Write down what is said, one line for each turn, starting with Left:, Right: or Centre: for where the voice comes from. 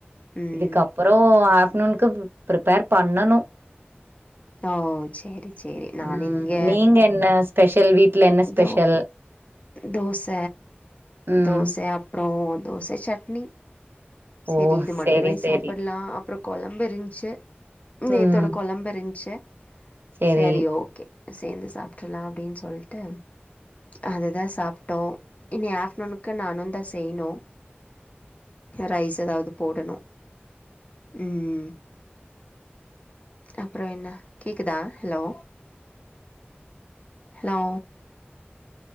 Left: ம்
Right: இதுக்கப்புறோ ஆஃப்நூன்க்கு ப்ரிப்பேர் பண்ணணு
Left: ஓ சேரி சேரி நானு
Right: ம்
Left: இங்க
Right: நீங்க என்ன ஸ்பெஷல் வீட்ல என்ன ஸ்பெஷல்
Left: தோ தோச
Right: ம்
Left: தோச அப்றோ தோச சட்னி செரி
Right: ஓ
Left: இது மட்டுமே
Right: சேரி
Left: சாப்பட்லா
Right: சேரி
Left: அ ப்றோ கொழம்பு இருந்ச்சு நேத்தோட
Right: ம்
Left: கொழம்பு இருந்ச்சு
Right: சேரி
Left: செரி ஓகே சேந்து சாப்ட்ரலா அப்டின் சொல்ட்டு அத தா சாப்ட்டோ இனி ஆஃப்நூனுக்கு நானுந்தா செய்யணு ரைஸ் எதாவது போடணு ம் அப்பறோ என்ன கேக்குதா hello hello